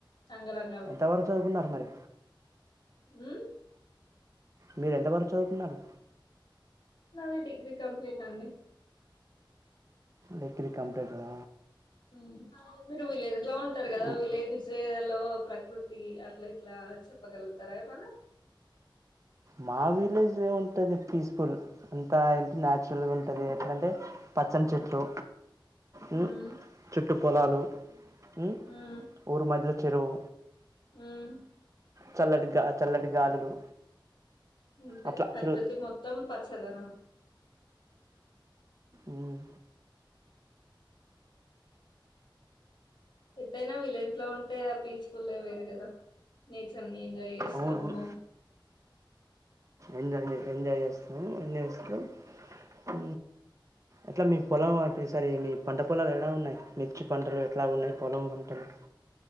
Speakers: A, on the left; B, on the right.
A: అంగరక
B: ఎంతవరకు చదువుకున్నరు మరి
A: హ్మ్
B: మీర ఎంత వరకు చదువుకున్నారు
A: నాది డిగ్రీ కంప్లీట్ అండి
B: డిగ్రీ కంప్లీట్ ఆ
A: హ్మ్ మీరు విలేజ్ లో ఉంటరు కదా
B: మ్-
A: విలేజ్ లో ప్రకృతి అట్ల ఇట్లా చెప్పగలుగుతార ఏమన్న
B: మా విలేజ్ లోముంటుది పీస్ఫుల్ అంతా ఏంటి న్యాచురల్గా ఉంటది, ఎట్లాంటే పచ్చని చెట్లు హ్
A: ఉమ్
B: చుట్టు పొలాలు. హ్
A: ఉమ్
B: ఊరు మధ్యల చెరువు
A: ఉమ్
B: చల్లటిగా చల్లటి గాలులు
A: అంతే
B: అట్లా
A: కాకపోతే
B: తిరుగు
A: మొత్తం పచ్ చలనం
B: మ్మ్
A: ఎత్తయినా విలేజ్ లో ఉంటే ఆ పీస్ఫుల్ వేరు కదా నేచర్ ని ఎంజాయ్ చేస్తాము
B: అవునవును
A: బో
B: ఎంజాయ్ చే ఎంజాయ్ జేస్ ఒ నెవస్తే ఉ అ ఎట్లా మీ పొలం ఇప్పుడు ఈ సారి మీ పంట పొలాలు ఎలా ఉన్నాయి మిర్చి పంటలు ఎట్లా ఉన్నాయి పొలం పంటలు